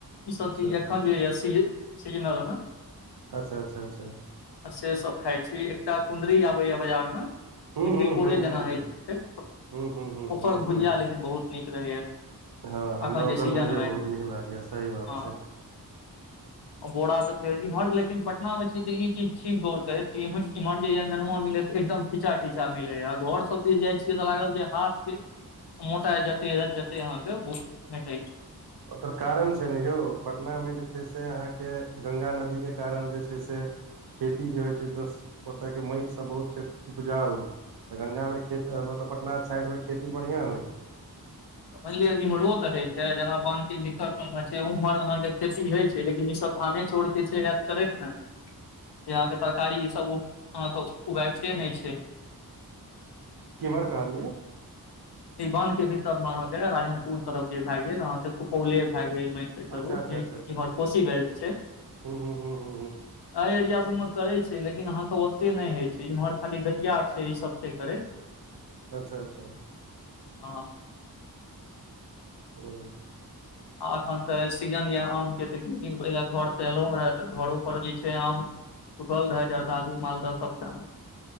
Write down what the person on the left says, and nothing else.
इसभ
चीज एखन जे यए सीजनलमे
से सब खाइ छी एकटा कुण्डरी आबैएा बाजारमे
ई
तिलकोरे
जेना
होई छै
ओकर
भुजिया
लेकिन बहुत नीक रहैया
अखन जे
सीजन
मे
हँ
बोरा तऽ फेर इमहर, लेकिन पटना में जे छी ईचीज छी गेरत एमहर नेनुआ मिलेत एकदम खिजा खिच खीचा मिलैय घर सब दिस जाइ छियै तऽ लागल जे हाथ के मोटा जते जते अहाँके बहुत म मोटै छै
मानलिय इम्हरो तऽ हो छै जेना बान्ह के उम्हर अहाँ के खेती होय छै लेकिन ई बानहे चोरी छै चै ने <inaudible>
ई अहाँके तरकारी सभ, अहाँके उगाबिते नहि छै।
सिवानक भीतरमे अहाँके राजनपुर तरफ भऽ गेल। अहाँके सुपौल भए गेल मान। <unintelligible> च
कोशी बेलट छै
एहि एरियाास
सभमे करैत छै लेकिन अहाँके ओतेक नहि होइत छै इम्हर खाली घटिया छै ईसभ छै करैत
हँ
आ एखन तऽ सीजन यए आमके तऽ किछु दिन पहिले घरसँ एलहुँ रहे तऽ घरोपर जे छै आम सुठल रहै जा आलू मालदह सबटा